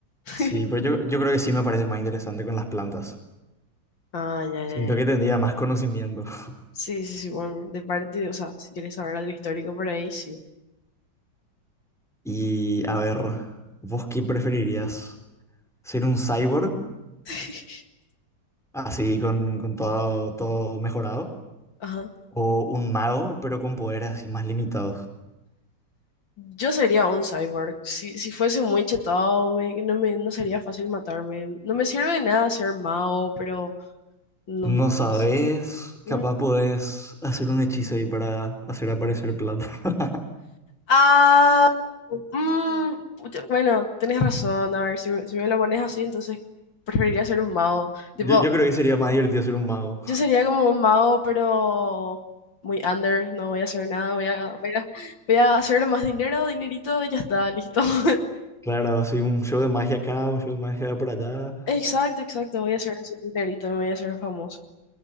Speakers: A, on the left; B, in the centre.
A: <laughs>
B: Sí, pero yo, yo creo que sí me parece más interesante con las plantas.
A: Ah, ya, ya,
B: Siento
A: ya.
B: que tendría más conocimiento. <laughs>
A: Sí, sí, sí, bueno, de parte, o sea, si quieres saber algo histórico por ahí, sí.
B: Y a ver, ¿vos qué preferirías? ¿Ser un cyborg?
A: <laughs>
B: así con, con todo, todo mejorado,
A: Ajá.
B: o un mago, pero con poderes así más limitados.
A: Yo sería un cyborg. Si, si fuese muy chetado, me- no me, no sería fácil matarme. No me sirve de nada ser mago, pero no,
B: No
A: no
B: sabes,
A: no sé.
B: capaz
A: Mm.
B: podés hacer un hechizo ahí para hacer aparecer plata. <laughs>
A: Ah, mm, pucha, bueno, tenés razón. A ver, si, me si me lo pones así, entonces preferiría ser un mago.
B: Yo,
A: Tipo,
B: yo creo que sería más divertido ser un mago.
A: yo sería como un mago, pero muy under. No voy a hacer nada. Voy a, voy a, voy a hacer más dinero, dinerito, y ya está, listo. <laughs>
B: Claro, así un show de magia acá, un show de magia por allá.
A: Exacto, exacto. Voy a hacer así dinerito, me voy a hacer famoso.